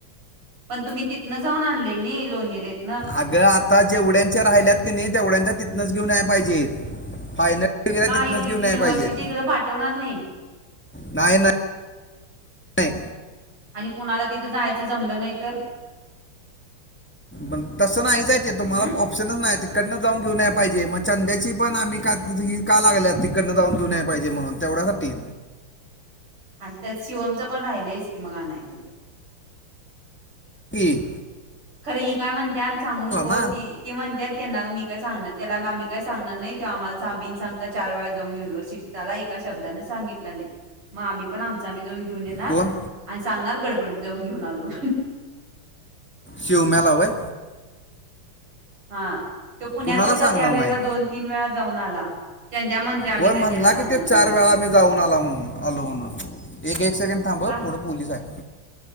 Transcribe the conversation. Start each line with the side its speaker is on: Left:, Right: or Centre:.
Right: पण तुम्ही तिथनं जाऊन आणलय नाही लोनीरीतुन.
Centre: अगं आता जेवढ्यांच्या राहिल्यात की नाही तेवढ्यांच्या तिथनच घेऊन याय पाहिजेत फायनल. वगैरे
Right: काय
Centre: तिथनच
Right: यु
Centre: घेऊन यायला
Right: युनिव्हर्सिटी
Centre: पाहिजेत
Right: इकडं पाठवणार नाही.
Centre: नाही नाही नाही.
Right: आणि कुणाला तिथं जायचं जमलं नाही तर..
Centre: पण तसं नाहीच हाय तिथं तुम्हाला
Right: हम्म
Centre: ऑप्शनच नाही ति कडन जाऊन घेऊन याय पाहिजे मग चंद्याची पण आम्ही का तिथं का लागल्यात तिकडनं जाऊन घीवून याय पाहिजे म्हणून... कोणासाठी?
Right: त्यात शिवमचं पण राहिलयच की मग आणायचं.
Centre: कीं.
Right: खरं ही काय म्हणत्यात सांगू नको
Centre: ना
Right: त ते म्हणतात त्यांना मी सांगणार त्या मग आम्ही काही सांणार नाही तेो आम्हाला बन सांगता चार वेळा जाऊन युनिवर्सिटी आला एका शब्दाानं सांगितलं नाही आम्ही पण आमचं घेऊन घेऊन येणार
Centre: कोण
Right: आणि सांगणार गडबडीत जाऊन घेऊन आलो.
Centre: शिव मेला व्हय.
Right: हा तो पुण्यात
Centre: कुणाला
Right: होता
Centre: सांगणार
Right: त्यावेेळेला
Centre: नाही
Right: दोन तीन वेळा जाऊन आला. त्यांद्या म्हणते आम्ही
Centre: होय
Right: काही
Centre: म्हणला
Right: त्याला सांगणार
Centre: कि ते
Right: नाही
Centre: चार
Right: म्हणून
Centre: वेळा मी जाऊन आला म्हणून आलो म्हणून. एक एक सेकंड थांब
Right: काय
Centre: पुढं पोलीस आहे.